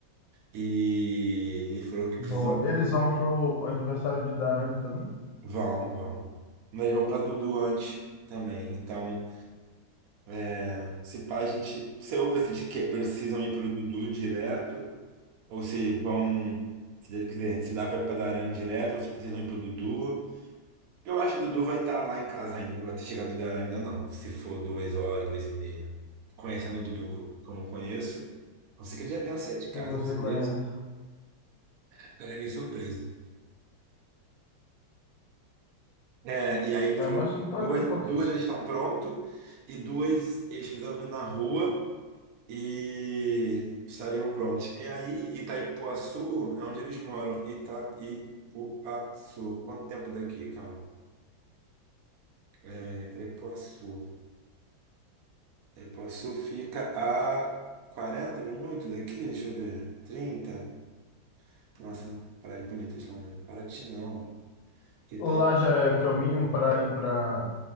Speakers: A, on the right; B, on the left.
A: E ele falou que precisam.
B: Boa. Eles vão pro aniversário de Darane também,
A: Vão, vão. Mas eles vão pra Dudu antes também. Então, é, se pá, a gente. Você ouve se eles que- precisam ir pro Dudu direto, ou se vão. se- Quer dizer, se dá pra ir pra Darana direto, ou se precisam ir pro Dudu. Eu acho que Dudu vai estar lá em casa ainda, não vai ter chegado ainda, ainda não. Se for duas horas, duas e meia. Conhecendo o Dudu co- como eu conheço, não sei que ele já tenha saído de casa.
B: que você
A: Seria,
B: conhece.
A: ficaria meio surpresa. É, e aí ele
B: É,
A: falou
B: mas
A: que
B: tudo pode
A: duas,
B: acontecer.
A: duas eles estão prontos e duas eles precisavam ir na rua e estariam prontos. E aí, Itaipuaçu é onde eles moram. Itaipuaçu. Quanto tempo daqui? Calma. É, Itaipuaçu. E Poçu fica a 40 minutos daqui, deixa eu ver. trinta. Nossa, Praia de Bonitas lá mesmo. Paraty não. Itaí...
B: Lá já é caminho para ir para